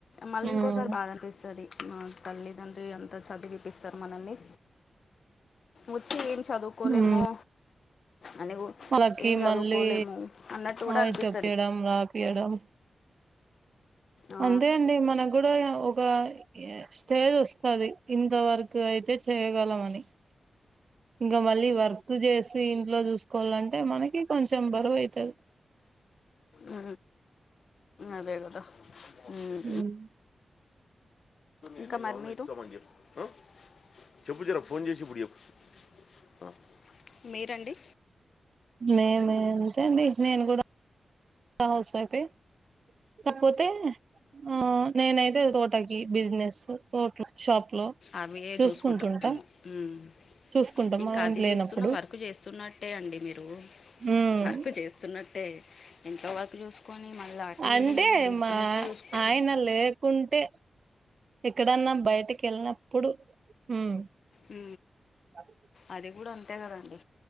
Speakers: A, on the left (about 60°); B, on the right (about 50°).
A: మళ్ళీ
B: ఉమ్
A: ఇంకోసారి బాధ అనిపిస్తది మా తల్లిదండ్రి అం అ చదివిపిస్తారు మనల్ని వచ్చి ఏం చదువుకోలేమో
B: ఉమ్
A: అని కూ-
B: వాళ్ళకి
A: ఏం చదువుకోలేము
B: మళ్ళీ
A: అన్నట్టు కూడా
B: ఆవి
A: అనిపిస్తుంది
B: చొప్పయడం, రాపియడం
A: ఆ,
B: అంతే అండి మన గూడా ఏ అ ఓ ఒక ఎ స్టేజ్ వస్తది ఇంత వరకు అయితే చేయగలం అని ఇంకా మళ్ళీ వర్క్ చేసి ఇంట్లో చూసు కోలంటే మనకి కొంచెం బరువు అయితది.
A: ఆ అదే కదా మ్
B: మ్మ్
A: ఇంకా మరి మీరు ఉ చెప్పు జరా ఫోన్ చేసి ఇప్పుడు చెప్పు అ మీరండి
B: మేమే అంతే అండి నేను కూడా హౌస్ వైఫే కాపోతే ఆ నేనైతే తోటకి బిజినెస్ తోటలు షాప్ లో
A: అవి ఏ
B: చూసుకుంటుంటా
A: చూసుకుంటరు ఏమో ఉమ్
B: చూసుకుంటాం
A: ఇంకా
B: మా ఆయన
A: అది
B: లేనప్పుడు
A: చేస్తున్న వర్కు చేస్తున్నట్టే అండి మీరు
B: మ్మ్
A: వర్క్ చేస్తున్నట్టే అయింది ఎంతవరకు చూసుకొని మళ్ళీ అటు
B: అంటే
A: వెళ్ళి బిజినెస్
B: మా
A: చూసుకుంట
B: ఆయన లేకుంటే ఎక్కడన్నా బయటకి వెళ్ళినప్పుడు ఉమ్
A: ఆ
B: అది
A: అది కూడా అంతే కదండి